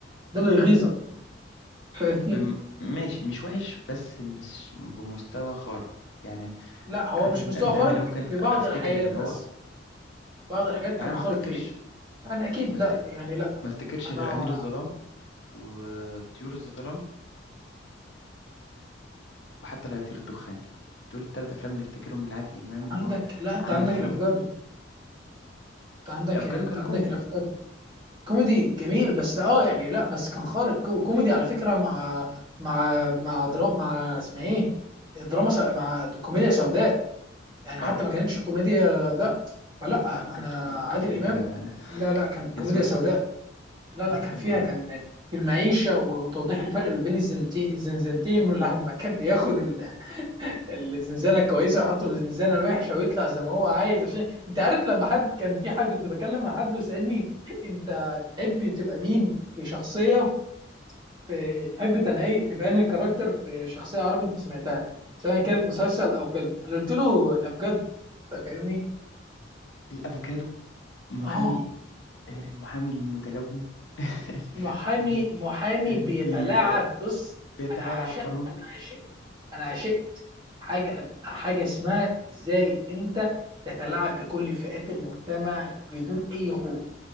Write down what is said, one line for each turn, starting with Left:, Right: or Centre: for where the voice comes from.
Right: ده اللي يغيظك فاهمني
Left: بم... ماشي مش وحش بس مش بمستوى خارق يعني
Right: لا هو
Left: عدد
Right: مش مستوى
Left: الافلام
Right: خارق
Left: اللي ممكن
Right: في بعض
Left: افتكر
Right: الحاجات
Left: ان هو
Right: بس بعض الحاجات كان
Left: يعني أنا ما
Right: خارق
Left: افتكرش
Right: فيها انا اكيد
Left: ما, أفت...
Right: لا يعني لا
Left: ما افتكرش
Right: انا
Left: غير امير الظلام وطيور الظلام وحتى لا يطير الدخان دول الثلاث افلام اللي افتكرهم من عادل امام ان
Right: عندك
Left: هو
Right: لا انت
Left: عمل
Right: عندك
Left: فيهم
Right: الافوكادو انت عندك
Left: الافوكادو
Right: انت
Left: كان
Right: عندك
Left: كوميدي
Right: الافوكادو كوميدي جميل بس اه يعني لا بس كان خارق كو- كوميدي على فكرة مع مع مع دراما مع اسمها ايه دراما سو... مع كوميديا سوداء يعني حتى
Left: اه
Right: ما كانتش الكوميديا ده فلا
Left: لا ما كانش
Right: انا
Left: كوميديا
Right: عادل
Left: كانت كوميديا
Right: امام
Left: <laughs>
Right: لا لا
Left: كانت
Right: كانت
Left: كوميديا
Right: كوميديا
Left: سودا
Right: سوداء لا لا
Left: لا
Right: كان فيها
Left: هو
Right: كان في المعيشة وتوضيح الفرق بين الزنتين الزنزانتين ولما كان بياخد الزنزانه الكويسه ويحطه في الزنزانه الوحشه ويطلع زي ما هو عايز عشان انت عارف لما حد كان في حاجه كنت بتكلم مع حد وسالني انت تحب تبقى مين في شخصيه في تحب تنقي تبان الكاركتر في شخصيه عربي انت سمعتها سواء كانت مسلسل او فيلم انا قلت له الافجار فاهمني
Left: الافوكادو محامي
Right: اه
Left: آه، المحامي المتلون <laughs>
Right: محامي
Left: اللي بي...
Right: محامي
Left: اللي
Right: بيتلاعب
Left: بي...
Right: بص
Left: بيتحايل
Right: انا عشقت
Left: على القانون
Right: انا عشقت انا عشقت حاجه حاجه اسمها ازاي انت تتلاعب بكل فئات المجتمع بدون اي خوف